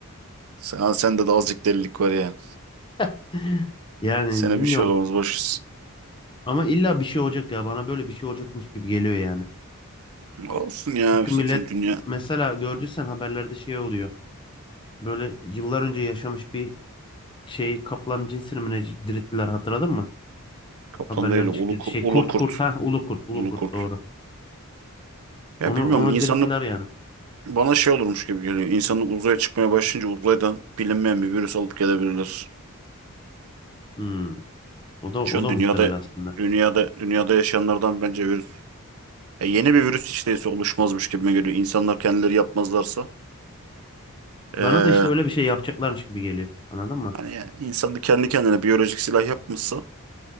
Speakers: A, on the right (about 75°); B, on the left (about 20°).
A: Sen, sende de azıcık delilik var ya.
B: <laughs> Yani
A: Sene
B: bilmiyorum.
A: bir şey olamaz Hı. boş.
B: Ama illa bir şey olacak ya. Bana böyle bir şey olacakmış gibi geliyor yani.
A: ver. Olsun ya
B: Çünkü millet
A: zaten dünya
B: mesela gördüysen haberlerde şey oluyor. Böyle yıllar önce yaşamış bir şey kaplan cinsini mi ne dirilttiler hatırladın mı?
A: kaplan
B: Haberlere
A: değil ulu,
B: çıktı.
A: ku-
B: Şey
A: ulu
B: kurt
A: kurt.
B: kurt ha ulu kurt ulu
A: Ulu
B: kurt
A: kurt.
B: doğru. Onu
A: Ya bilmiyorum
B: onu
A: insanlık
B: dirilttiler yani.
A: bana şey olurmuş gibi geliyor. İnsanlık uzaya çıkmaya başlayınca uzaydan bilinmeyen bir virüs alıp gelebilirler.
B: Hmm. O da
A: Şu
B: o
A: an
B: da
A: dünyada
B: muhtemel aslında.
A: dünyada dünyada yaşayanlardan bence virüs ya yeni bir virüs hiç değilse oluşmazmış gibime geliyor. İnsanlar kendileri yapmazlarsa. Ee,
B: Bana da işte öyle bir şey yapacaklarmış gibi geliyor. Anladın mı?
A: hani ya, insan da kendi kendine biyolojik silah yapmışsa